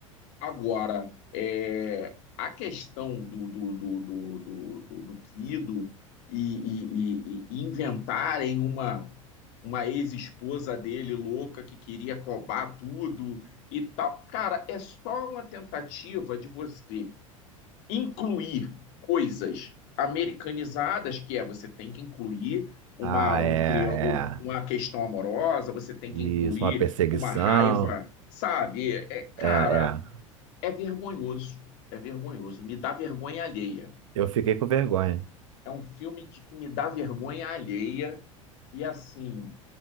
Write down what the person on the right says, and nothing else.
Ah,
é,
é.
Isso,
uma perseguição.
É, é.
Eu fiquei com vergonha.